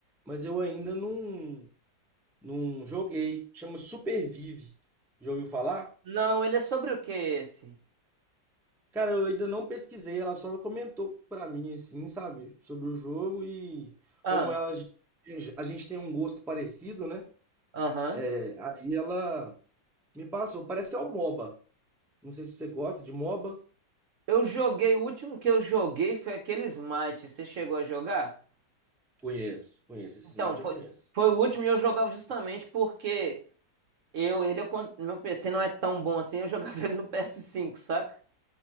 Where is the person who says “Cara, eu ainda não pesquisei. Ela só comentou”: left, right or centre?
Centre